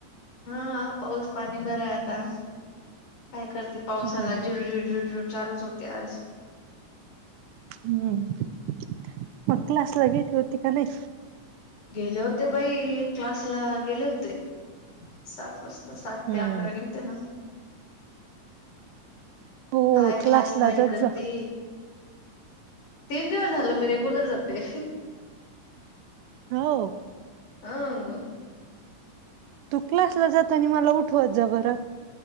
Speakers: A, on the left (about 65°); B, on the right (about 80°).
A: हां पाऊस पाणी बरा ये, आता काय करती? पावसाला
B: हम्म.
A: जुरजुर झुरजुर चालूच होते आज.
B: हम्म, मग क्लासला गेली होती का नाही?
A: गेले होते बाई, क्लास ला गेले होते, सात वाजता. त सात
B: हम्म.
A: ते अकरा गेल ते ना.
B: तू
A: काय
B: क्लासला
A: हे
B: जात
A: करते
B: जा.
A: तीन दिवस झालं, मी रेगुलर जाते.
B: हो.
A: अं.
B: तू क्लासला जातानी मला उठवत जा बरं.